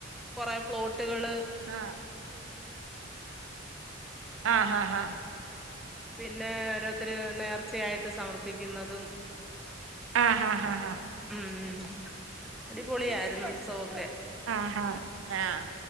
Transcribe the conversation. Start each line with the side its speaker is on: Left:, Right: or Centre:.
Centre: കൊറെ ഫ്ലോട്ടുകള്
Right: ആഹ് ആഹ് ആഹ്
Centre: പിന്നെ ഓരോരുത്തര് നേർച്ചയായിട്ട് സമർപ്പിക്കുന്നതും
Right: ആഹ് ഹാ ഹാ ഹാ
Centre: ഉം അടിപൊളിയായിരുന്നു ഉത്സവൊക്കെ
Right: ആഹാ ആഹ്